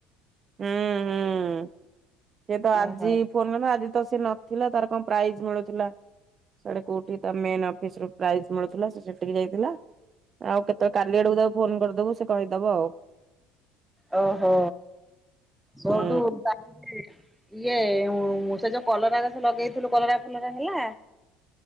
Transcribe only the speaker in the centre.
ଓହୋ
ଓହୋ, ମୋଠୁ
ବାକି ଇଏ ସେ ଯୋଉ କଲରା ଗଛ ଲଗେଇଥିଲୁ, କଲରା ଫଲରା ହେଲା।